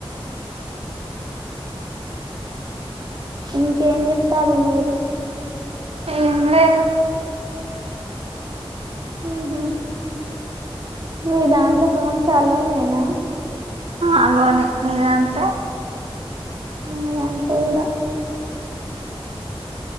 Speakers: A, on the right; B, on the right.
A: ఇంకేం చెత్తాళ్ళు మీరు
B: ఏం లేదు
A: ఉహు మీ దాంట్లో ఫోన్స్ ఆల్లో నేనా
B: అలోనే మీదాంటే
A: మాలాంటోడా